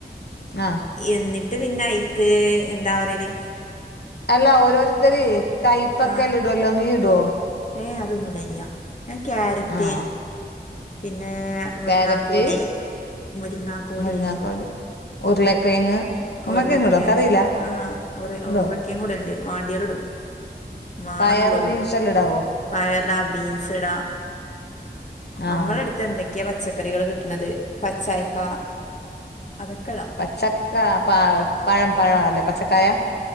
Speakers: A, on the left; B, on the left.
A: ആഹ്
B: എന്നിട്ട് പിന്നെ ഐക്ക് എന്താ പറിയല്
A: അല്ല ഓരോരുത്തര് കൈപ്പക്കെല്ലൊ
B: ആ
A: ഇടുല്ലോ നീ ഇടോ
B: ഏ അതൊന്നും ഇടേല്യ ഞാൻ ക്യാരറ്റ്
A: ആഹ്
B: പിന്നെ മുരിങ്ങാക്കോല്
A: ക്യാരറ്റ്
B: മുരിങ്ങാക്കോലില്ലേ
A: മുരിങ്ങാക്കോല് ഉരുളക്കിഴങ്ങ് ഉരുളക്കിഴങ്ങ്
B: ഉരുളക്കിങ്ങ്
A: ഇടുവോ എനിക്കറിയില്ല
B: ആ ഉര
A: ഇടുവോ
B: ഉരുളക്കിയങ്ങു ടേണ്ട് വാണ്ട്യോല് ഇടും മാണം
A: പയറ്
B: ന്ന്ള്ളോല്ടും
A: ബീൻസ് എല്ലാം ഇടാവോ
B: പയർ ഇടാ ബീൻസ് ഇടാ
A: ആഹ്
B: അമ്മളെ എട്ത്തെ എന്തെക് ക്കെ പച്ചക്കറികള് കിട്ടണത് പച്ചായ്ക്ക അതൊക്കെ ടാം
A: പച്ചക്ക പ പഴം പഴം അല്ലെ പച്ചക്കായ